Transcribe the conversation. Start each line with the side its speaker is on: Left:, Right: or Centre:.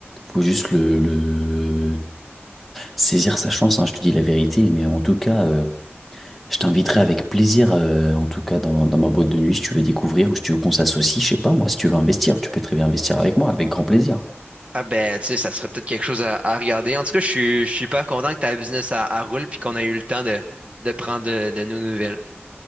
Centre: Faut juste le, le- saisir sa chance, hein, je te dis la vérité. Mais en tout cas, euh, je t'inviterai avec plaisir, euh, en tout cas dans, dans ma boîte de nuit, si tu veux découvrir ou si tu veux qu'on s'associe, je sais pas, moi, si tu veux investir, tu peux très bien investir avec moi, avec grand plaisir.
Right: Ah ben, tu sais, ça serait peut-être quelque chose à, à regarder. En tout cas, je suis, je suis super content que ta business à, à roule, puis qu'on a eu le temps de, de prendre de, de nos nouvelles.